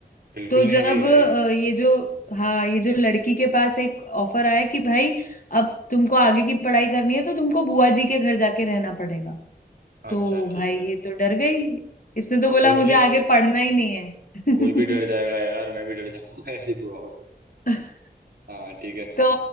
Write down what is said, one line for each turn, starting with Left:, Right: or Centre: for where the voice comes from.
Right: बिल्कुल
Left: तो जब
Right: नहीं होगी भाई
Left: अ, ये जो हाँ ये जो लड़की के पास एक ऑफर आया कि भाई अब तुमको आगे की पढ़ाई करनी है तो तुमको बुआ जी के घर जाके रहना पड़ेगा तो
Right: अच्छा ठीक
Left: भाई
Right: है
Left: ये तो डर गई इसने तो बोला
Right: ऑब्वियसली
Left: मुझे आगे पढ़ना ही नहीं है
Right: कोई भी डर जाएगा
Left: <laughs>
Right: यार मैं भी डर जाऊंगा <laughs> ऐसी बुआओं से
Left: <laughs>
Right: हाँ ठीक है
Left: तो